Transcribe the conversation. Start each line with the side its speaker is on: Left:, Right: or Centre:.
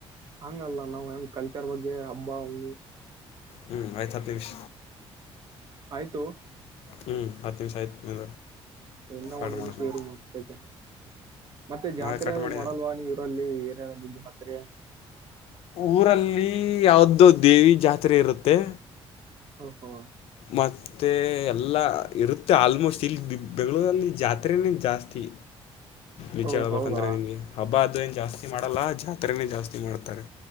Right: ಹಂಗಲ್ಲ ನಾವ್ ಹೆಂಗ ಕಲ್ಚರ್ ಬಗ್ಗೆ ಹಬ್ಬ ಹು
Left: ಹ್ಮ್ ಆಯ್ತು ಹತ್ತು ನಿಮಿಷ
Right: ಆಯ್ತು
Left: ಹ್ಮ್ ಹತ್ತು ನಿಮಿಷ ಆಯ್ತು
Right: ಇನ್ನ
Left: ಕಟ್
Right: ಒಂದ್ ನಿಮಿಷ
Left: ಮಾಡ್ತೀನಿ
Right: ಇರು ಮಾಡ್ಬೇಕಕ್ಕೆ ಮತ್ತೆ ಜಾತ್ರೆ
Left: ಮಾ ಕಟ್
Right: ಅದು
Left: ಮಾಡಿ
Right: ಮಾಡಲ್ವಾ ನೀವ್ ಇರಲ್ಲಿ ಏರಿಯಾದಲ್ಲಿ ಜಾತ್ರೆ
Left: ಊರಲ್ಲಿ ಯಾವ್ದು ದೇವಿ ಜಾತ್ರೆ ಇರುತ್ತೆ
Right: ಹಓ ಹೋ
Left: ಮತ್ತೆ ಎಲ್ಲ ಇರುತ್ತೆ ಆಲ್ಮೋಸ್ಟ್ ಇಲ್ಲಿ ಬೆಂಗಳೂರಲ್ಲಿ ಜಾತ್ರೆೇನೆ ಜಾಸ್ತಿ ನಿಜ
Right: ಓ
Left: ಹೇಳ್ಬೇಕಂತ್ರ
Right: ಹೌದಾ
Left: ನಿಮ್ಗೆ ಹಬ್ಬ ಆದ ಜಾಸ್ತಿ ಮಾಡಲ್ಲ ಜಾತ್ರೆನೇ ಜಾಸ್ತಿ ಮಾಡ್ತಾರೆ